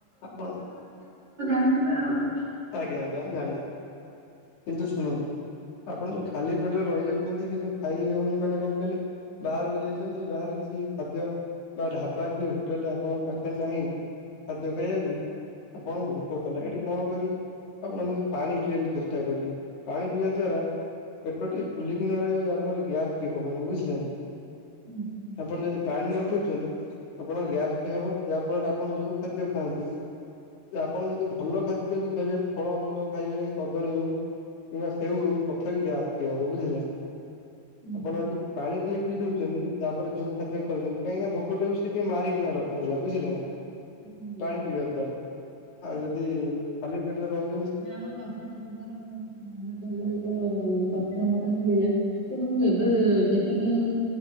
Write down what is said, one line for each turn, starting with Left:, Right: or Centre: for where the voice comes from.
Left: ଆପଣ
Right: ଦେଖିବା ଆଉ
Left: ଆଜ୍ଞା ଆଜ୍ଞା ମୁଁ ଜାଣିଛି କିନ୍ତୁ ଶୁଣନ୍ତୁ ଆପଣ ଯୋଉ ଖାଲି ପେଟରେ ରହିଯାଉଛନ୍ତି କିନ୍ତୁ ଖାଇ ହଉନି ମାନେ କଣ କହିଲେ ବାହାରକୁ ଯାଇଛନ୍ତି ବାହାରେ କିଛି ଖାଦ୍ୟ ବା ଢ଼ାବା କି ହୋଟେଲ ଆପଣଙ୍କ ପାଖରେ ନାହିଁ ଖାଦ୍ୟ ଖାଇବାକୁ ଆପଣଙ୍କୁ ଭୋକ କଲା ସେଠି କଣ କରିବେ ଆପଣ କିନ୍ତୁ ପାଣି ପିଇବାକୁ ଚେଷ୍ଟା କରିବେ ପାଣି ପିଇବା ଦ୍ଵାରା ପେଟଟି ଫୁଲିକିନା ରହିବ ଯାହା ଫଳରେ ଗ୍ୟାସ୍ଟିିକ ହବନି ବୁଝିଲେ ନା।
Right: ହୁଁ
Left: ଆପଣ ଯଦି ପାଣି ନ ପିଉଛନ୍ତି ଆପଣ ଗ୍ୟାସ୍ଟି ହବ ଯାହା ଫଳରେ ଆପଣ ଯୋଉ ଖାଦ୍ୟ ଖାଆନ୍ତୁ ବି ଆପଣ ଯଦି ଭଲ ଖାଦ୍ୟ ବି ଖାଇବେ ଫଳମୂଳ ଖାଇବେ କଦଳୀ ହଉ କିବା ସେଉ ହଉ ତଥାପି ଗ୍ୟାସ୍ ଟି ହବ ବୁଝିଲେ।
Right: ହୁଁ
Left: ଆପଣ ଯଦି ପାଣି ଟିକେ ପିଇ ଦଉଛନ୍ତି ତାପରେ ଯୋଉ ଖାଦ୍ୟ ଖାଉଛନ୍ତି କାହିଁକିନା ଭୋକଟିକୁ ସେ ସେ ମାରିକିନା ରଖିଦେଲା ବୁଝିଲେ ନା
Right: ହୁଁ।
Left: ପାଣି ପିଇବା ଦ୍ଵାରା। ଆଉ ଯଦି ଖାଲି ପେଟରେ ରହୁ
Right: ଯାହା ହଉ ଆପଣଙ୍କ ଦ୍ଵାରା ମୋର ମନେ <unintelligible> ତଥ୍ୟ ମତେ ମିଳିଲା। କିନ୍ତୁ ମୁଁ ଏବେ ଯେତିକି ମୁଁ